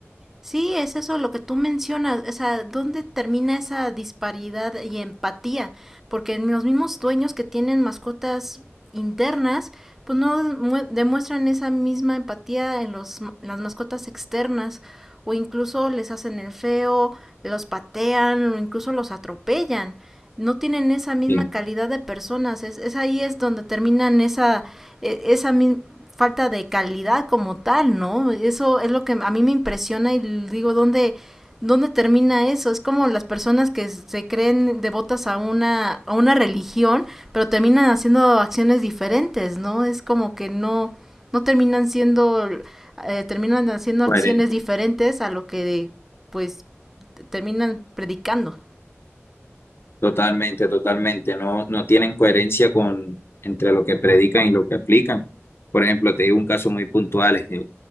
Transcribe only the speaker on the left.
Sí.
Bueno,
Totalmente, totalmente. No, no tienen coherencia con entre lo que predican y lo que aplican. Por ejemplo, te digo un caso muy puntual, es que